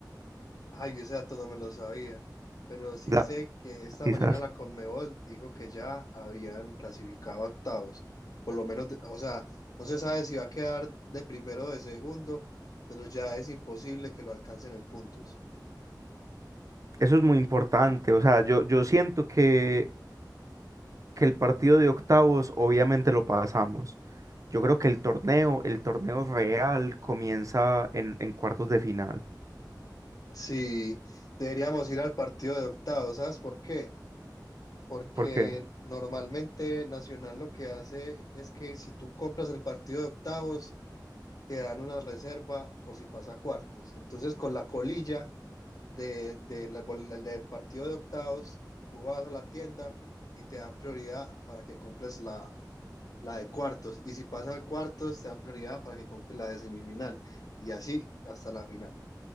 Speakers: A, on the left; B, on the right.
A: Ay, yo ese dato no me lo sabía. Pero sí
B: La-
A: sé que esta
B: quizás.
A: mañana la Conmebol dijo que ya habían clasificado a octavos. Por lo menos, de- o sea, no se sabe si va a quedar de primero o de segundo, pero ya es imposible que lo alcancen en puntos.
B: Eso es muy importante. O sea, yo, yo siento que, que el partido de octavos obviamente lo pasamos. Yo creo que el torneo, el torneo real comienza en, en cuartos de final.
A: Sí, deberíamos ir al partido de octavos, ¿sabes por qué? Porque
B: ¿Por qué?
A: normalmente Nacional lo que hace es que si tú compras el partido de octavos, te dan una reserva por si pasa a cuartos. Entonces, con la colilla de, de la- del del partido de octavos, tú vas a la tienda y te dan prioridad para que compres la, la de cuartos. Y si pasa a cuartos, te dan prioridad para que compres la de semifinal. Y así hasta la final.